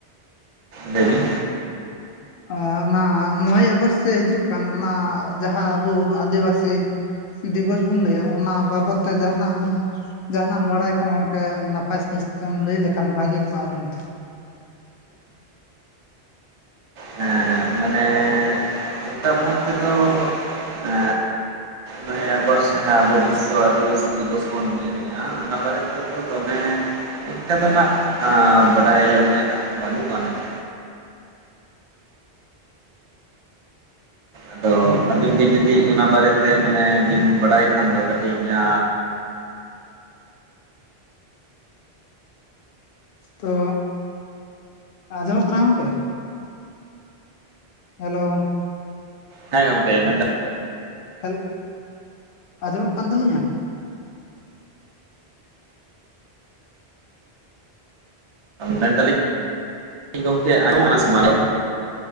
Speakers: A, on the right; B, on the left.
A: ᱞᱟᱹᱭ ᱵᱤᱱ
B: ᱚᱱᱟ ᱱᱚᱭᱮ ᱟᱜᱚᱥ ᱥᱮ ᱦᱤᱡᱩᱜ ᱠᱟᱱ ᱚᱱᱟ ᱡᱟᱦᱟᱸ ᱟᱵᱚ ᱟᱹᱫᱤᱵᱟᱹᱥᱤ ᱫᱤᱵᱚᱥ ᱵᱚᱱ ᱞᱟᱹᱭᱟ ᱚᱱᱟ ᱵᱟᱵᱚᱫ ᱛᱮ ᱡᱟᱦᱟᱱᱟᱜ ᱵᱚᱱ ᱡᱟᱦᱟᱱᱟᱜ ᱮᱢ ᱵᱟᱲᱟᱭ ᱠᱷᱟᱱ ᱜᱚᱝᱠᱮ ᱱᱟᱯᱟᱭ ᱥᱟᱺᱦᱤᱥ ᱛᱮᱢ ᱞᱟᱹᱭ ᱞᱮᱠᱷᱟᱱ ᱵᱷᱟᱹᱜᱤ ᱠᱚᱜᱼᱟ ᱟᱹᱞᱤᱧ ᱴᱷᱮᱱ
A: ᱦᱮᱸ ᱢᱟᱱᱮ
B: <inaudible>
A: ᱚᱱᱠᱟ ᱵᱷᱟᱵᱽ ᱛᱮᱫᱚ ᱮᱻ ᱞᱟᱹᱭᱟ ᱟᱜᱚᱥᱴ ᱡᱟᱸᱦᱟ ᱟᱵᱚ ᱵᱤᱥᱥᱚ ᱟᱹᱫᱤᱵᱟᱹᱥᱤ ᱫᱤᱵᱚᱥ ᱵᱚᱱ ᱢᱮᱱᱮᱜᱼᱟ ᱚᱱᱟ ᱵᱟᱨᱮ ᱛᱮᱫᱚ ᱫᱚᱢᱮ ᱡᱟᱦᱟ ᱱᱟᱜ ᱮᱻ ᱵᱟᱰᱟᱭ ᱟᱹᱞᱤᱧᱟᱜ ᱵᱟᱹᱱᱩᱜ ᱟᱱᱟ ᱾ ᱟᱫᱚ
B: ᱚ
A: ᱟᱹᱵᱤᱱ ᱜᱮ ᱡᱩᱫᱤ ᱚᱱᱟ ᱵᱟᱨᱮᱛᱮ ᱢᱟᱱᱮ ᱵᱤᱱ ᱵᱟᱲᱟᱭ ᱠᱷᱟᱱ ᱫᱚ ᱠᱟᱹᱴᱤᱡ ᱮᱻ
B: ᱛᱚ ᱟᱸᱡᱚᱢᱚᱜ ᱠᱟᱱᱟ ᱜᱚᱝᱠᱮ? ᱦᱮᱞᱳ
A: ᱦᱮᱸ ᱜᱚᱝᱠᱮ ᱢᱮᱱᱫᱟ
B: ᱦᱮᱞ ᱟᱸᱡᱚᱢᱚᱜ ᱠᱟᱱ ᱛᱟᱹᱞᱤᱧᱟ
A: ᱢᱮᱱᱫᱟᱞᱤᱧ ᱜᱚᱝᱠᱮ ᱟᱸᱡᱢᱚᱜ ᱠᱟᱱᱟ ᱥᱮ ᱵᱟᱝ ᱟᱞᱤ